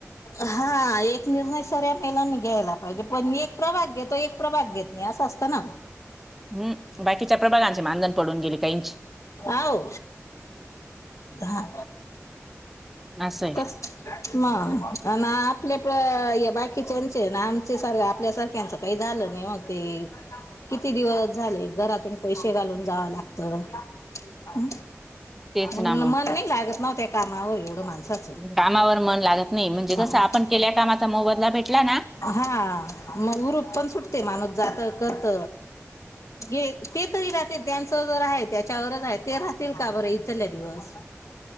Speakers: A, on the left; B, in the centre.
A: हा एक निर्णय सऱ्या महिलांनी घ्यायला पायजे, पण मी एक प्रभाग घेतो एक प्रभाग घेत नाइ असं असतं ना.
B: हम्म बाकीच्या प्रबलांचे मानधन पडून गेले काहींची
A: आ ओ हां
B: असं आहे
A: कसं म अन आपल्या प हे बाकीच्याचे ना आमचे सार आपल्या सारख्यांच काय झालं नाही ओ ते किती दिवस झाले घरातून पैशे घालून जावं लागत ह.
B: तेच
A: मग
B: ना
A: मन नाय लागत नव त्या कामावर एवढं माणसाचं
B: कामावर मन लागत नाइ म्हणजे
A: मग
B: कसं आपण केल्या कामाचा मोबदला भेटला ना
A: हा मग उरूप पण सुटते माणूस जात करत घे ते तरी राहतील त्यांचं जर आहे त्याच्यावरच आहे ते राहतील का बरं इथल्या दिवस
B: <inaudible>